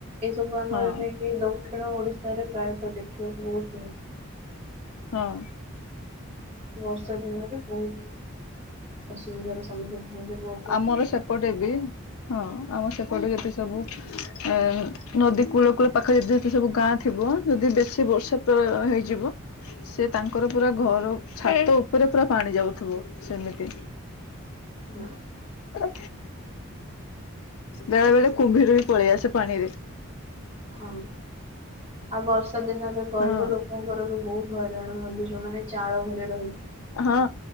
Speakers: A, on the right (about 25°); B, on the left (about 75°).
A: ଏସବୁ ଆମର
B: ହଁ
A: ନେଇକି ଦକ୍ଷିଣ ଓଡିଶାରେ ପ୍ରାୟତଃ ଦେଖିବାକୁ ବହୁତ ମିଳେ।
B: ହଁ।
A: ବର୍ଷା ଦିନରେ ବହୁତ ଅସୁବିଧାର ସମ୍ମୁଖୀନ ହୁଅନ୍ତି ବହୁ
B: ଆମର ସେପଟେ ବି ହଁ ଆମ ସେପଟେ ଯେତେ ସବୁ ଏ ନଦୀ କୂଳ କୂଳ ପାଖରେ ଏବେବି ସବୁ ଗାଁ ଥିବ ଯଦି ବେଶୀ ବର୍ଷା ପ୍ରଳୟ ହେଇଯିବ ସେ ତାଙ୍କର ପୁରା ଘର ଛାତ ଉପରେ ପୁରା ପାଣି ଯାଉଥିବ ସେମିତି।
A: ହଁ।
B: ହୁଁ ବେଳେ ବେଳେ କୁମ୍ଭୀର ବି ପଳେଇ ଆସେ ପାଣିରେ।
A: ହଁ ଆଉ ବର୍ଷା ଦିନରେ ଗରିବ
B: ହଁ
A: ଲୋକଙ୍କର ବି ବହୁତ ହଇରାଣ ହୁଅନ୍ତି ଯୋଉମାନେ ଚାଳ ଘରେ ରହିଥା
B: ହଁ।